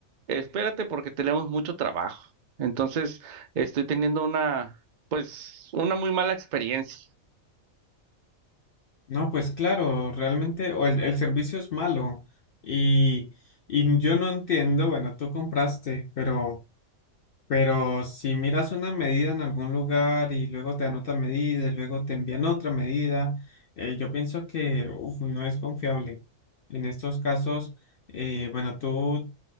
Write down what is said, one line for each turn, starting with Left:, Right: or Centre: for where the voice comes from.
Right: espérate porque tenemos mucho trabajo. Entonces, estoy teniendo una, pues, una muy mala experiencia.
Left: No, pues claro, realmente o el, el servicio es malo y, y yo no entiendo, bueno, tú compraste, pero, pero si miras una medida en algún lugar y luego te dan otra medida, y luego te envían otra medida, eh, yo pienso que uf, no es confiable. En estos casos, eh, bueno, tú